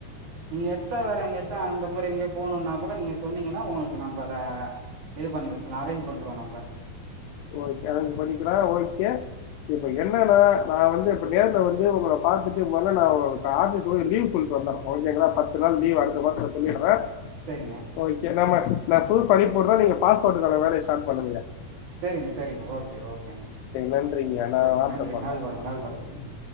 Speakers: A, on the right; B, on the left.
A: நீங்க எக்ஸ்ட்ரா வேற எங்காச்சு அந்த மாரி எங்கோ போணுனா குட நீங்க சொன்னீங்கனா உங்களுக்கு நம் பா அ இது பண்ணி விட்ருலா அரேஞ்ச் பண்றோம் நம்ப
B: ஓகே அரேஞ்சு பண்ணிக்கலா ஓகே இப்ப என்னன்னா நா வந்து இப்ப நேரல வந்து உங்கள பாத்துட்டு போனா நா ஆபீஸ் போய் லீவ் சொல்டு வந்தறேன் ஒகேங்லா பத்து நாள் லீவ் அடுத்த மாசத்துல சொல்லிடுறே
A: சேரிங்க
B: ஓகே நம்ம ந தூ படி போடுற நீங்க பாஸ்போர்ட்கான வேலய ஸ்டார்ட் பண்ணுக
A: செரிங்க செரிங்க ஓ கே ஓகேங்க
B: நன்றிங்கய்யா. நான்
A: ஓகே
B: வாட்ஸ்அப்
A: நன்றி
B: பண்றேன்.
A: நல்வரவு நல்வரவு ம்